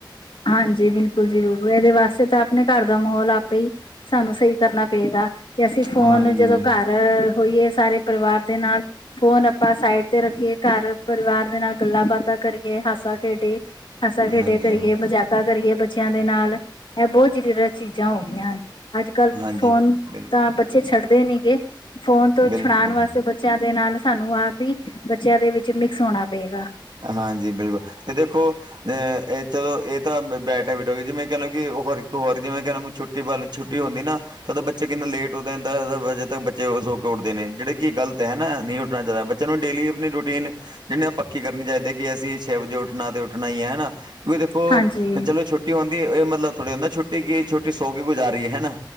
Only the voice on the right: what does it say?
ਹਾਂਜੀ
ਹਾਂਜੀ
ਹਾਂਜੀ
ਹਾਂਜੀ
ਬਿਲਕੁਲ
ਬਿਲਕੁਲ
ਹਾਂਜੀ ਬਿਲ-ਅਤੇ ਦੇਖੋ ਅ ਇਹ ਚਲੋ ਇਹ ਤਾਂ ਬੈਡ ਹੈਬਿਟ ਹੋ ਗਈ, ਜਿਵੇਂ ਕਹਿ ਲਓ ਕਿ ਹੋਰ ਇੱਕ ਹੋਰ ਜਿਵੇਂ ਕਹਿ ਲੋ ਛੁੱਟੀ ਤੇ ਵੱਲ ਛੁੱਟੀ ਹੁੰਦੀ ਨਾ ਤਾਂ ਬੱਚੇ ਕਿੰਨਾ ਲੇਟ ਹੋਦੇ ਨੇ ਦਸ-ਦਸ ਵਜੇ ਤੱਕ ਬੱਚੇ ਸੋੱ ਕੇ ਉੱਠਦੇ ਨੇ, ਜਿਹੜੇ ਕਿ ਗਲਤ ਹੈ ਨਾ ਨਹੀਂ ਉੱਠਣਾ ਚਾਹੀਦਾ। ਬੱਚਿਆਂ ਨੂੰ ਡੇਲੀ ਆਪਣੀ ਰੂਟੀਨ, ਜਿਹਨੀਆਂ ਆਪਾ ਕੀ ਕਰਨੀ ਚਾਹੀਦੀ ਕਿ ਅਸੀਂ ਛੇ ਵਜੇ ਉੱਠਣਾ ਅਤੇ ਉੱਠਣਾ ਈ ਐ। ਹੈਨਾ ਵੀ ਦੇਖੋ
ਚਲੋ ਛੋਟੀ ਛੁੱਟੀ ਹੁੰਦੀ, ਇਹ ਮਤਲਬ ਥੋੜ੍ਹੀ ਹੁੰਦਾ ਛੁੱਟੀ ਕੀ ਛੁਟੀ ਸੌ ਗੁਜ਼ਾਰੀ ਹੈ ਨਾ,